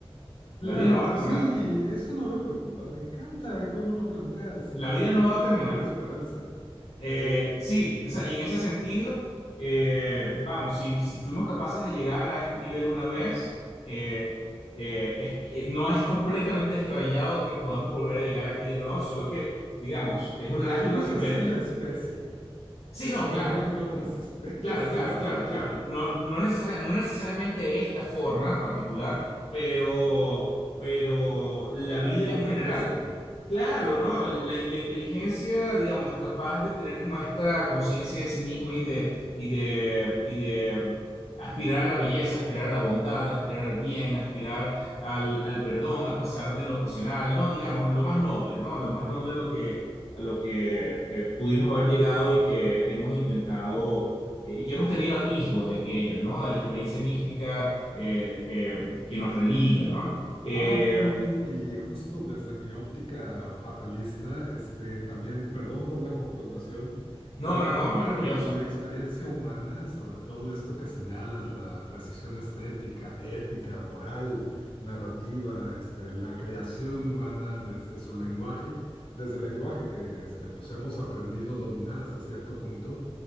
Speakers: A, on the left (about 65°); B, on the left (about 80°).
A: Claro,
B: La vida no va a
A: sí,
B: terminar.
A: eso no me preocupa, me encanta cómo lo planteas y ahí
B: La vida
A: encuentro
B: no va a terminar.
A: la esperanza.
B: Eh,
A: Eh, y-
B: sí,
A: sí,
B: o sea, y en ese sentido, eh, vamos, si, si fuimos capaces de llegar a este nivel una vez, eh, eh, es que- eh, no es completamente descabellado que podamos volver a llegar aquí de nuevo, solo que digamos, es una
A: yo
B: lástima
A: no sé
B: que per-
A: si la especie,
B: Sí,
A: esperaría
B: no, claro.
A: que otras <laughs> especies,
B: Claro, claro, claro,
A: claro,
B: claro. No, no necesaria- no necesariamente esta forma en particular, pero, pero la
A: la
B: vida
A: vida
B: en
A: terrestre,
B: general, claro,
A: ajá.
B: ¿no? La, la- la inteligencia, digamos, capaz de tener como esta conciencia de sí misma y de, y de, y de aspirar a la belleza, aspirar a la bondad, aspirar al bien, aspirar al, al perdón a pesar de lo pasional, ¿no? Digamos, lo más noble, ¿no? Lo más noble a lo que, a lo que eh, pudimos haber llegado y que hemos intentado eh, y que hemos tenido atisbos de aquello, ¿no? De la experiencia mística eh, eh, que nos religa, ¿no? Eh,
A: Ahora bien, David, y justo desde mi óptica fatalista, este, también, perdón por la confrontación,
B: no,
A: pero
B: no,
A: creo
B: no, maravilloso.
A: que la experiencia humana, sobre todo esto que señalas, la precisión estética, ética, moral, narrativa, este, la creación humana desde su lenguaje, desde el lenguaje que este, pues hemos aprendido a dominar hasta cierto punto,